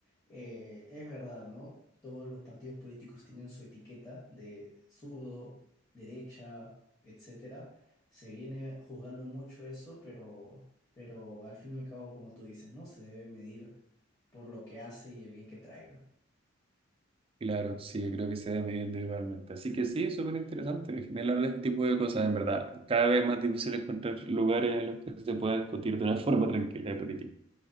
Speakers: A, on the left (about 20°); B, on the right (about 30°).
A: eh, es verdad, ¿no? Todos los partidos políticos tienen su etiqueta de zurdo, derecha, etcétera se viene juzgando mucho eso, pero, pero al fin y al cabo, como tú dices, ¿no? Se debe medir por lo que hace y el bien que traiga.
B: claro, sí, yo creo que se da midiendo igualmente. Así que sí, es súper interesante generar ese tipo de cosas, en verdad. Cada vez más difícil encontrar lugares en los que se pueda discutir de una forma tranquila de política.